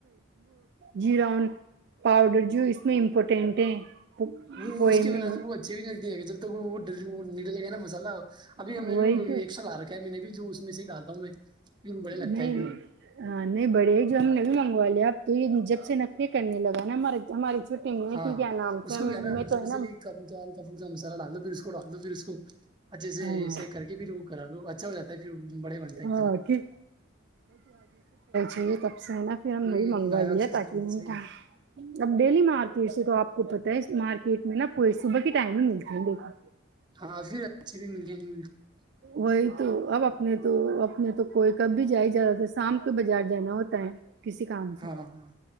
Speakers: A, on the right; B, on the right.
A: جیران پاؤڈر جو اس میں امپورٹینٹ ہے
B: وہ
A: پوئے
B: اس کے
A: میں
B: بنا تو وہ اچھے بھی لگ د گے جب تک وہ ڈلے گا نا مسالہ ابھی
A: وہی
B: ہمیں بھی
A: تو
B: ایک سال آ رکھے ہے میں نے بھی جو اس میں سے ہی ڈاتا ہوں میں پھر وہ بڑے لگتا
A: نہیں
B: ہے پھر وہ
A: نہیں بڑے جو ہم نے بھی مگ والے اب تو یہ جب سے نکری کرنے لگا نا ہمارے ہماری چھٹی میں
B: ہاں
A: کہ کیا نام
B: اس
A: سے
B: کو کیا نا
A: میں
B: مطلب
A: تو
B: جیسے
A: ہے
B: کہ کم تو کا کا مسالا ڈال دو پھر اس کو ڈال دو پھر اس کو اچھے سے
A: ہاں
B: ایسے ہی کر کے پھر وہ کرا لو اچھا ہو جاتا ہے پھر بڑے بنتا ہے
A: ہاں
B: ایک دم
A: کہ ٹھیک ہے نا پھر ہم نے
B: ہوں
A: بھی منگوا لیا
B: آپ سے
A: تاکہ
B: صحیح
A: میں نے
B: بات
A: اب ڈیلی مارکیٹ سے تو آپ کو پت ہے مارکیٹ میں نہا پور صبح کے ٹائم میں ملتے ہے دیکھو
B: ہاں پھر اچھے بھی ملے گ م
A: وہی تو اب اپنے تو تو کوئی کب بھی جائی جاتا تھا شام کے بج ہار جانا ہوتا ہے کسی کام سے
B: ہاں ہاں ہاں